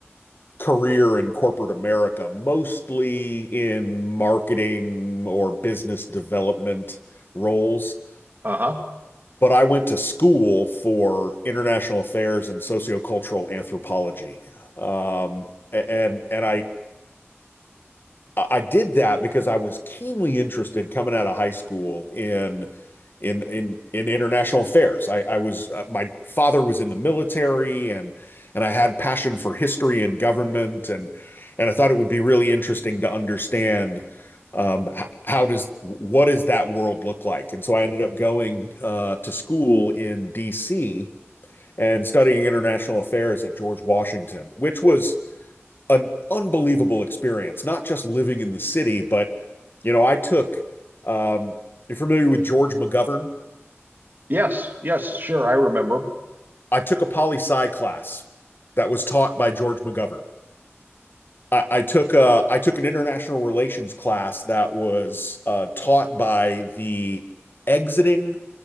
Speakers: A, on the left; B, on the right.
A: career in corporate America, mostly in marketing or business development roles
B: Uh-huh.
A: but I went to school for international affairs and sociocultural anthropology. Um, and and I I did that because I was keenly interested coming out of high school in in in in international affairs. I, I was uh, my father was in the military and and I had passion for history and government and and I thought it would be really interesting to understand um, h- how does what does that world look like? And so I ended up going uh, to school in D.C. and studying international affairs at George Washington, which was an unbelievable experience, not just living in the city, but you know, I took um you're familiar with George McGovern?
B: Yes, yes, sure, I remember.
A: I took a poli sci class that was taught by George McGovern. I, I took a, I took an international relations class that was uh, taught by the exiting